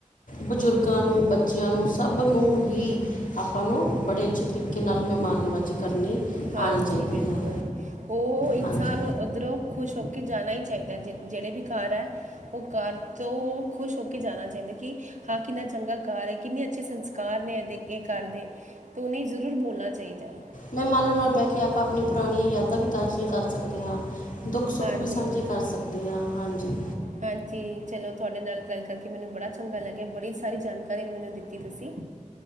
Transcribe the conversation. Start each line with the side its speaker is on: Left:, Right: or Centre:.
Left: ਬਜ਼ੁਰਗਾਂ ਨੂੰ ਬੱਚਿਆਂ ਨੂੰ ਸਭ ਨੂੰ ਹੀ। ਆਪਾਂ ਨੂੰ ਬੜੇ ਅੱਛੇ ਤਰੀਕੇ ਨਾਲ ਮਹਿਮਾਨੇਬਾਜ਼ੀ ਕਰਨੀ।
Right: ਹਾਂਜੀ
Left: ਆਉਣੀ ਚਾਹੀਦੀ
Right: ਬਿਲਕੁਲ
Left: ਹੈ
Right: ਉਹ ਇਨਸਾਨ
Left: ਹਾਂਜੀ
Right: ਓਧਰੋਂ ਖੁਸ਼ ਹੋ ਕੇ ਜਾਣਾ ਈ ਚਾਹੀਦਾ ਜੇੜੇ ਵੀ ਘਰ ਐ। ਉਹ ਘਰ ਤੋਂ ਖੁਸ਼ ਹੋ ਕੇ ਜਾਣਾ ਚਾਹੀਦਾ ਕਿ, ਹਾਂ ਕਿੰਨਾ ਚੰਗਾ ਘਰ ਏ, ਕਿੰਨੇ ਅੱਛੇ ਸੰਸਕਾਰ ਨੇ ਇਹਦੇ ਇਹ ਘਰ ਦੇ। ਤੁਨੀ ਜ਼ਰੂਰ ਬੋਲਣਾ ਚਾਹੀਦੈ।
Left: ਮਹਿਮਾਨਾ ਨਾਲ ਬਹਿ ਕੇ ਆਪਾਂ ਆਪਣੀਆਂ ਪੁਰਾਣੀਆਂ ਯਾਦਾਂ ਵੀ ਤਾਂਜੀਆਂ ਕਰ ਸਕਦੇ ਹਾਂ। ਦੁੱਖ-ਸੁੱਖ
Right: ਹਾਂਜੀ
Left: ਵੀ ਸਾਂਝੇ
Right: ਹਾਂਜੀ
Left: ਕਰ ਸਕਦੇ ਆਂ, ਹਾਂਜੀ।
Right: ਹਾਂਜੀ ਚਲੋ ਤੁਹਾਡੇ ਨਾਲ ਗੱਲ ਕਰਕੇ ਮੈਨੂੰ ਬੜਾ ਚੰਗਾ ਲੱਗਿਆ, ਬੜੀ ਸਾਰੀ ਜਾਣਕਾਰੀ ਘਰੇ ਮੈਨੂੰ ਦਿੱਤੀ ਤੁਸੀਂ,